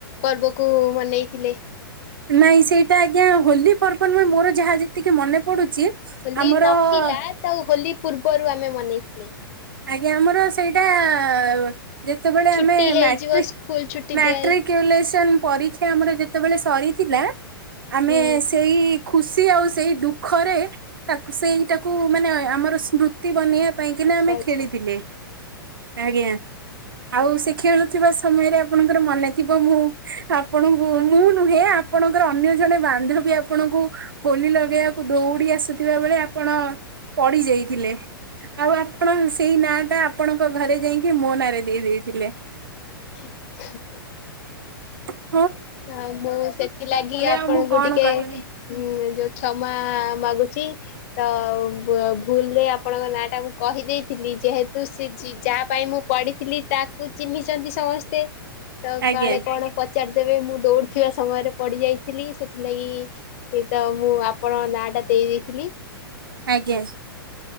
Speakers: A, on the left (about 35°); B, on the right (about 65°).
A: ପର୍ବକୁ ମନେଇ। ଥିଲେ।
B: ନାଇଁ ସେଇଟା ଆଜ୍ଞା ହୋଲିପର୍ବ ନୁହେଁ ମୋର ଯାହା ଯେତିକି ମନେ ପଡୁଛି।
A: ହୋଲି
B: ଆମର
A: ନଥିଲା ତ ହୋଲି ପୂର୍ବରୁ ଆମେ ମନେଇଥିଲେ ।
B: ଆଜ୍ଞା ଆମର ସେଇଟା ଆ ଯେତେବେଳେ
A: ଛୁଟି
B: ଆମେ
A: ହେଇଯିବ
B: ମାଟ୍ରିକି
A: ସ୍କୁଲ ଛୁଟି
B: ମାଟ୍ରିକି
A: ଦିଆ ହେଇ
B: ଇଉଲେସନ ପରୀକ୍ଷା ଆମର ଯେତେବେଳେ ସରିଥିଲା ଆମେ
A: ହୁଁ
B: ସେଇ। ଖୁସି ଆଉ ସେଇ ଦୁଃଖରେ ତାକୁ ସେଇଟାକୁ ମାନେ ଆମର ସ୍ମୃତି ବନେଇ ପାଇଁକିନା
A: ଆଚ୍ଛା
B: ଆମେ
A: ଆଚ୍ଛା।
B: ଖେଳିଥିଲେ ଆଜ୍ଞା। ଆଉ ସେ ଖେଳୁଥିବା ସମୟରେ ଆପଣଙ୍କର ମନେ ଥିବ ମୁଁ ଆପଣଙ୍କୁ ମୁଁ ନୁହେଁ । ଆପଣଙ୍କର ଅନ୍ୟ ଜଣେ ବାନ୍ଧବୀ ଆପଣଙ୍କୁ ହୋଲି ଲଗେଇବାକୁ ଦୌଡି ଆସି। ଆସୁଥିବା ବେଳେ ଆପଣ ପଡି ଯାଇଥିଲେ ଆଉ ଆପ ଆପଣ ସେଇ ନାଁ ଟା ଆପଣଙ୍କ ଘରେ ଯାଇକି ମୋ ନାଁରେ ଦେଇଥିଲେ।
A: ହୁଁ ହୁଁ।
B: ଉଁ।
A: ଆ ମୁଁ ସେଥିଲାଗି ଆପଣଙ୍କୁ
B: ଆଉ ମୁଁ କଣ
A: ଟିକେ
B: କରିବି।
A: ଉଁ ଯୋଉ କ୍ଷମା ମାଗୁଛି। ଚି ତ ଭୁଲରେ ଆପଣଙ୍କ ନାଁ ଟା ମୁଁ କହିଦେଇ ଥିଲି ଯେହେତୁ ସେ ଜି ଜିଯାହା ପାଇଁ ମୁଁ ପଢିଥିଲି ତାକୁ ଚିହ୍ନିଛନ୍ତି ସମସ୍ତେ। ତ
B: ଆଜ୍ଞା
A: କାଳେ କଣ ପଚା ତବେ ମୁଁ ଦୌଡଥିବା ସମୟରେ ପଡିଯାଇଥିଲି ସେଥିଲାଗି ତ ମୁଁ ଆପଣଙ୍କ ନାଁ ଟା ଦେ ଦେଇ ଦେଇଥିଲି।
B: ଆଜ୍ଞା।